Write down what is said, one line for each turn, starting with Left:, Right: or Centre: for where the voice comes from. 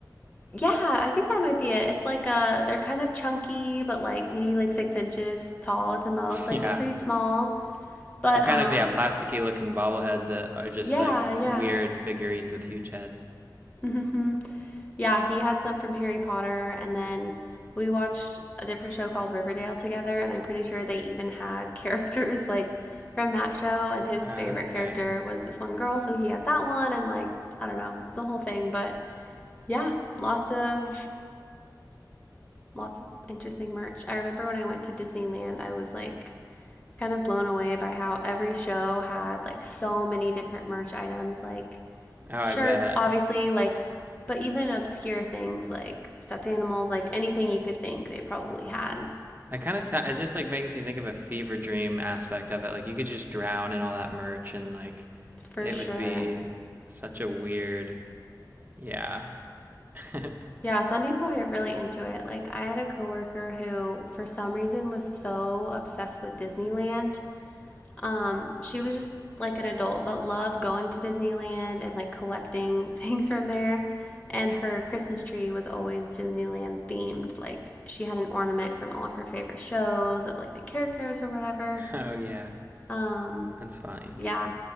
Left: yeah, I think that might be it. It's like a they're kind of chunky, but like maybe like six inches tall at the most.
Right: <laughs>
Left: Like
Right: yeah,
Left: they're pretty small, but
Right: they're kind
Left: um,
Right: of yeah plasticky looking bobbleheads that are just
Left: yeah,
Right: like
Left: yeah.
Right: weird figurines with huge heads.
Left: <laughs> Yeah, he had some from Harry Potter, and then we watched a different show called Riverdale together, and I'm pretty sure they even had <laughs> characters like from that show, and his
Right: Oh,
Left: favorite
Right: okay.
Left: character was this one girl, so he had that one, and like I don't know, it's a whole thing, but yeah, lots of lots of interesting merch. I remember when I went to Disneyland, I was like kind of blown away by how every show had like so many different merch items, like
Right: Oh, I
Left: shirts,
Right: bet
Left: obviously, like, but even obscure things like stuffed animals, like anything you could think, they probably had
Right: that kind of sound. It just like makes me think of a fever dream aspect of it. Like you could just drown in all that merch and like
Left: for
Right: it
Left: sure.
Right: would be such a weird. Yeah. <laughs>
Left: Yeah, some people get really into it. Like, I had a coworker who, for some reason, was so obsessed with Disneyland. Um, she was just like an adult, but loved going to Disneyland and like collecting <laughs> things from there. And her Christmas tree was always Disneyland themed. Like, she had an ornament from all of her favorite shows of like the characters or whatever.
Right: oh yeah,
Left: Um,
Right: that's funny.
Left: Yeah,